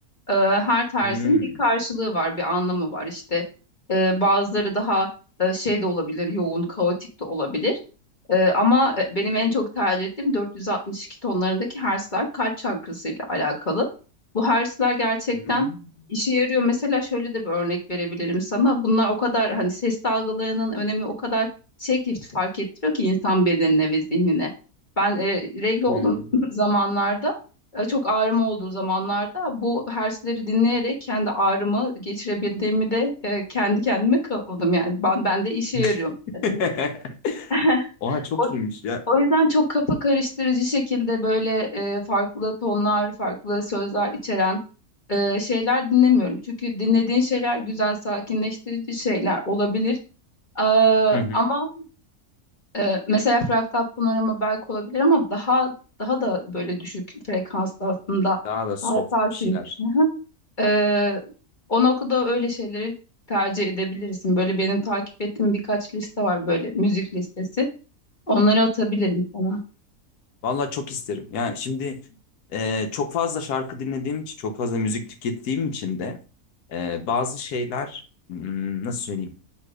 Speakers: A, on the left (about 35°); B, on the left (about 80°).
A: E, her tarzın
B: Hmm.
A: bir karşılığı var, bir anlamı var. İşte e, bazıları daha e, şey de olabilir, yoğun, kaotik de olabilir. E, ama e, benim en çok tercih ettiğim 462 tonlarındaki hertzler kalp çakrasıyla alakalı. Bu hertzler gerçekten
B: Hmm.
A: işe yarıyor. Mesela şöyle de bir örnek verebilirim sana. Bunlar o kadar hani ses dalgalarının önemi o kadar şey ki fark ettiriyor ki insan bedenine ve zihnine. Ben e, regl olduğum
B: Hmm.
A: <clears throat> zamanlarda e, çok ağrım olduğu zamanlarda bu hersleri dinleyerek kendi ağrımı geçirebildiğimi de e, kendi kendime kıldım yani ben, ben de işe
B: <laughs>
A: yarıyor mesela. <laughs>
B: Oha çok
A: O,
B: iyiymiş ya.
A: o yüzden çok kafa karıştırıcı şekilde böyle e, farklı tonlar, farklı sözler içeren e, şeyler dinlemiyorum. Çünkü dinlediğin şeyler güzel, sakinleştirici şeyler olabilir. Ee,
B: Hı hı.
A: ama e, mesela fraktal panorama belki olabilir ama daha daha da böyle düşük frekanslı aslında
B: Daha da soft
A: daha sakin.
B: bir şeyler.
A: <laughs> Ee, o noktada öyle şeyleri tercih edebilirsin. Böyle benim takip ettiğim birkaç liste var böyle müzik listesi. Onları atabilirim sana.
B: Valla çok isterim. Yani şimdi e, çok fazla şarkı dinlediğim için, çok fazla müzik tükettiğim için de e, bazı şeyler hmm, nasıl söyleyeyim?